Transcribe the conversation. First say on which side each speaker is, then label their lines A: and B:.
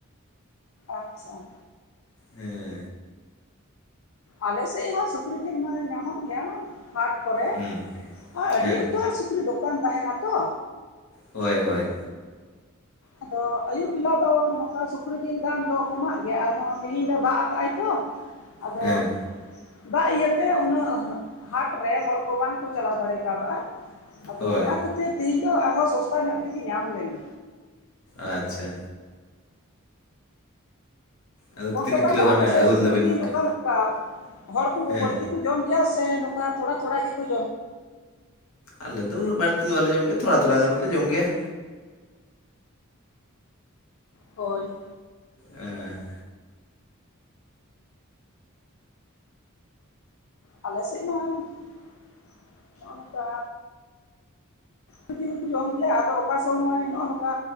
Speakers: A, on the left; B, on the left.
A: ᱟᱪᱪᱷᱟ
B: ᱦᱮᱸ
A: ᱟᱞᱮᱥᱮᱫ ᱦᱚᱸ ᱥᱩᱠᱨᱤ ᱡᱤᱞ ᱢᱟ ᱧᱟᱢᱚᱜ ᱜᱮᱭᱟ ᱦᱟᱴ ᱠᱚᱨᱮ
B: ᱦᱩᱸ
A: ᱟᱨ ᱟᱹᱰᱤ
B: ᱦᱮᱸ
A: ᱩᱛᱟᱹᱨ ᱥᱩᱠ। ᱥᱩᱠᱨᱤ ᱫᱚᱠᱟᱱ ᱛᱟᱦᱮᱸ ᱱᱟᱛᱚ।
B: ᱦᱳᱭ ᱦᱳᱭ
A: ᱟᱫᱚ ᱟᱭᱩᱵ ᱵᱮᱞᱟ ᱫᱚ ᱱᱚᱠᱟ ᱥᱩᱠᱨᱤ ᱡᱤᱞ ᱫᱟᱢ ᱫᱚ ᱠᱚᱢᱟᱜ ᱜᱮᱭᱟ ᱟᱨᱦᱚᱸ ᱛᱮᱦᱤᱧ ᱫᱚ ᱫᱟᱜ ᱠᱟᱜᱼᱟᱭ ᱛᱚ। ᱟᱫᱚ
B: ᱦᱮᱸ
A: ᱫᱟᱜ ᱤᱭᱟᱹᱛᱮ ᱩᱱᱟᱹᱜ ᱦᱟᱴᱨᱮ ᱦᱚᱲᱠᱚ ᱵᱟᱝᱠᱩ ᱪᱟᱞᱟᱣ ᱫᱟᱲᱮ ᱠᱟᱣᱫᱟᱜᱼᱟ। ᱟᱫᱚ
B: ᱦᱳᱭ
A: ᱚᱱᱟ ᱠᱷᱟᱹᱛᱤᱨ ᱛᱤᱦᱤᱧ ᱫᱚ ᱟᱨᱦᱚᱸ ᱥᱚᱥᱛᱟ ᱧᱚᱜ ᱛᱮᱜᱮ ᱧᱟᱢ ᱞᱮᱱᱟ।
B: ᱟᱪᱪᱷᱟ ᱟᱫᱚ
A: ᱜᱚᱝᱠᱮ
B: ᱛᱤᱱᱟᱹᱜ
A: ᱛᱟᱦᱚᱞᱮ
B: ᱠᱤᱞᱳ ᱜᱟᱱ
A: ᱟᱯᱮ ᱥᱮᱫ
B: ᱟᱹᱜᱩ
A: ᱥᱩᱠᱨᱤ
B: ᱞᱮᱫᱟ ᱵᱤᱱ
A: ᱡᱤᱞ
B: ᱜᱚᱝᱠᱮ
A: ᱚᱠᱟ ᱞᱮᱠᱟ। ᱠᱚᱣᱟ ᱦᱚᱲ ᱠᱚᱠᱚ
B: ᱦᱮᱸ
A: ᱵᱟᱹᱲᱛᱤ ᱠᱚ ᱡᱚᱢ ᱜᱮᱭᱟ ᱥᱮ ᱱᱚᱠᱟ ᱛᱷᱚᱲᱟ ᱛᱷᱚᱲᱟ ᱜᱮᱠᱚ ᱡᱚᱢ ᱾
B: ᱟᱞᱮ ᱫᱚ ᱩᱱᱟᱹᱜ ᱵᱟᱹᱲᱛᱤ ᱫᱚ ᱵᱟᱞᱮ ᱡᱚᱢ ᱜᱮᱭᱟ ᱛᱷᱚᱲᱟ ᱛᱷᱚᱲᱟ ᱜᱟᱱᱞᱮ ᱡᱚᱢ ᱜᱮᱭᱟ।
A: ᱦᱳᱭ
B: ᱮᱸᱻ
A: ᱟᱞᱮ ᱥᱮᱫ ᱢᱟ ᱱᱚᱜᱼᱚ ᱱᱚᱠᱟ <unintelligible> ᱫᱤᱱ ᱦᱚᱸ ᱠᱚ ᱡᱚᱢ ᱜᱮᱭᱟ ᱟᱫᱚ ᱚᱠᱟ ᱥᱚᱢᱚᱭ ᱱᱚᱜᱼᱚ ᱱᱚᱠᱟ